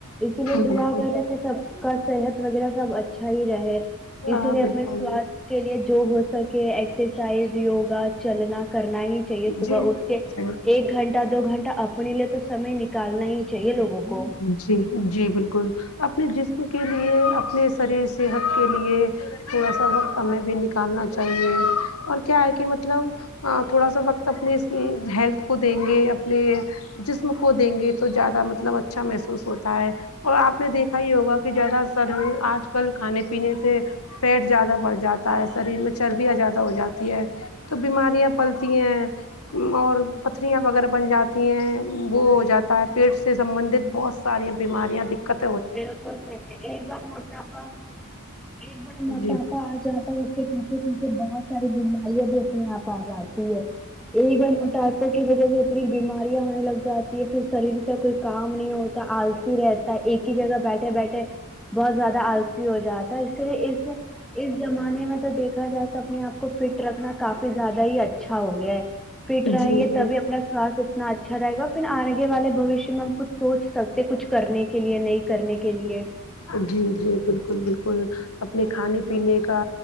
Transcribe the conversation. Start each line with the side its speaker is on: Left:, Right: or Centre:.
Centre: اسی لیے دعا
Left: بالکل
Centre: کرتے تھے سب کا صحت وغیرہ سب اچھا اچھا ہی رہے
Left: ہاں
Centre: اسی لیے
Left: بالکل
Centre: اپنے سواستھ کے لیے جو ہو سک کہ ایکسرسائز یوگا چلنا کرنا ہی چاہیے صبح
Left: جی
Centre: اٹھ کے
Left: جی
Centre: ایک گھنٹہ دو گھنٹہ اپنے لیے تو سمے نکالنا ہی چاہیے لوگوں کو
Left: جی جی بالکل اپنے جسم کے لیے اپنے شریر صحت کے لیے تھوڑا سا وقت ہمیں بھی نکالنا چاہیے اور کیا ہے کہ مطلب تھوڑا سا وقت اپنے ہیلتھ کو دیں گے اپنے جسم کو دیں گے تو زیادہ مطلب اچھا محسوس ہوتا ہے اور آپ نے دیکھا ہی ہوگا کہ زیادہ سر آج کل کھانے پینے سے فیٹ زیادہ بڑھ جاتا ہے شریر میں چربیاں زیادہ ہو جا تی ہے تو بیماریاں پلتی ہیں اور پتریاں وغیرہ بن جاتی تی ہیں وہ ہو جاتا ہے پیٹ سے سبندت بہت ساری بیماریاں دقت
Centre: بالکل صحیح ہے ایک بار موٹاپا ایک بار موٹا
Left: جی
Centre: پا آ جاتا ہے اس کے پیچھے پیچھے بہت ساری بیماریاں بھی اپنے آپ آ جاتی ہے یہ گ م ٹائپوں کی وجہ سے اتنی بیماریاں ہونے لگ جاتی ہے پھر شریر سے کوئی کام نہیں ہو آلسی رہتا ہے ایک جگہ بیٹھے بیٹھے بہت زیادہ آلسی ہو جاتا اس طرح اس اس ج زمانے میں تو دیکھا جائے تو اپنے آپ کو فٹ رکھنا کافی زیادہ ہی اچھا ہو گیا ہے فٹ
Left: جی
Centre: رہیں گے تبھی
Left: جی
Centre: اپ نا سواستھ اتنا اچھا رہے گا پھر آگے والے بھوشیہ میں ہم کچھ سوچ سکتے ہیں کچھ کرنے کے کے لیے نہیں کرنے کے لیے
Left: جی جی بالکل بالکل اپنے کھانے پینے کا